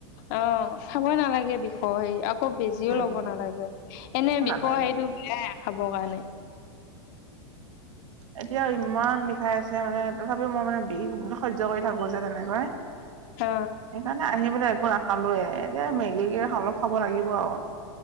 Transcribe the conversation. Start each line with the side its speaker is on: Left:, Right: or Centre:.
Left: অ' খাবৈ নালাগে বিষ হেৰি, আকৌ বেজিও
Right: উম
Left: লব নালাগে। এনেই বিষৰ
Right: নালাগে
Left: সেইটো বেয়াই খাবৰ কাৰণে।
Right: এতিয়াও ইমান বিষাই আছে মানে তথাপিও মই মানে বিষ বোল সহ্য কৰি থাকোঁ যে তেনেকৈ
Left: অ
Right: সেইকাৰণে আহি। <unintelligible> মই নাখালোঁ এ এনে মেগীকে খালোঁ। হ'ব লাগিব আৰু